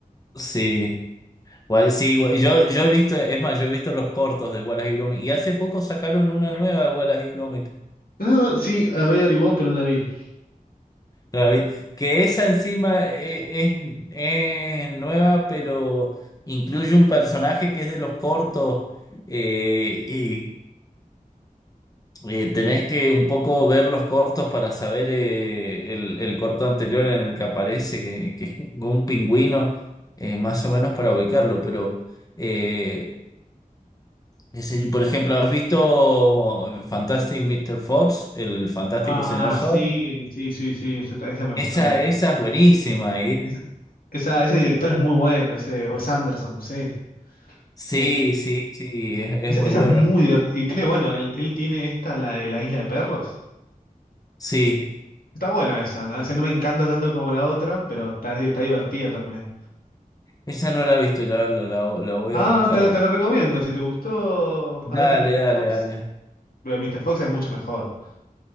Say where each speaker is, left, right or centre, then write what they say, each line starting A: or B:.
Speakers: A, on the left; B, on the left.
A: sí. Wall- Sí, yo, yo he visto, es más, yo he visto los cortos de Wallace y Gromit. Y hace poco sacaron una nueva de Wallace y Gromit.
B: Ah, sí, había averiguado, pero no la vi.
A: David, que esa encima e- es, es nueva, pero incluye un personaje que es de los cortos eh, y eh, tenés que un poco ver los cortos para saber eh, el, el corto anterior en el que aparece, que, que es un pingüino, eh, más o menos para ubicarlo, pero eh, es el- por ejemplo, ¿has visto Fantastic Mister Fox, el fantástico
B: Ah,
A: señor Fox?
B: sí, sí, sí, sí, esa, ta- esa me gustó
A: Esa,
B: mucho.
A: esa es buenísima.
B: Esa, esa- ese director es muy bueno, ese Wes Anderson, sí.
A: Sí,
B: Que,
A: sí, sí, es, es
B: esa,
A: muy
B: esa
A: bueno.
B: es muy divertida. Y tiene, bueno, él, él tiene esta, la de la isla de perros.
A: Sí,
B: Está buena esa, no, sé no me encanta tanto como la otra, pero está, está divertida también.
A: esa no la he visto, la, la, la- la voy
B: Ah,
A: a buscar.
B: te la, te la recomiendo, si te gustó
A: Dale,
B: Fantastic Mr.
A: dale,
B: Fox,
A: dale.
B: pero Mr. Fox es mucho mejor.